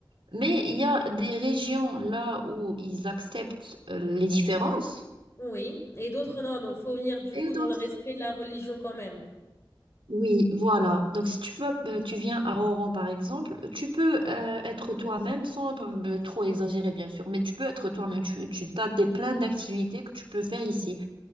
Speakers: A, on the right; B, on the left.
A: mais il y a des régions là où ils acceptent euh, les différences.
B: Oui, et d'autres non, donc faut venir du
A: Et
B: coup
A: d'autres.
B: dans le respect de la religion quand même.
A: Oui, voilà. Donc si tu vas, euh, tu viens à Oran par exemple, tu peux euh, être toi-même sans euh, trop exagérer bien sûr, mais tu peux être toi-même. Tu, tu as des, plein d'activités que tu peux faire ici.